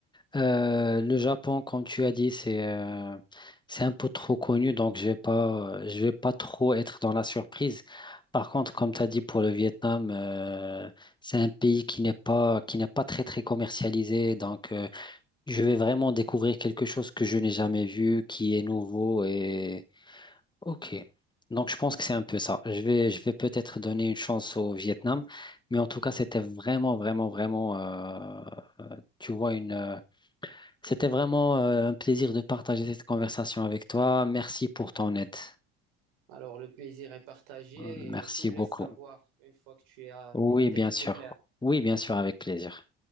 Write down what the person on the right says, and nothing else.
Alors, le plaisir est partagé
et tu me laisses
savoir une fois que tu as
la tête
plus
claire.